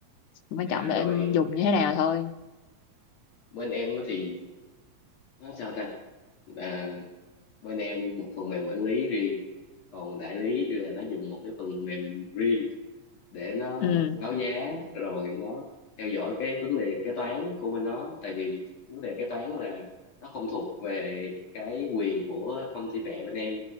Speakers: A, on the left; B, on the left.
A: quan
B: à
A: trọng
B: rồi
A: là em dùng như thế nào thôi
B: bên em á thì nó sao ta à, bên em một phần mềm quản lý riêng còn đại lý là nó dùng một cái phần mềm riêng để nó
A: ừ
B: báo giá rồi nó theo dõi cái vấn đề kế toán của bên nó tại vì vấn đề kế toán là nó không thuộc về cái quyền của công ty mẹ bên em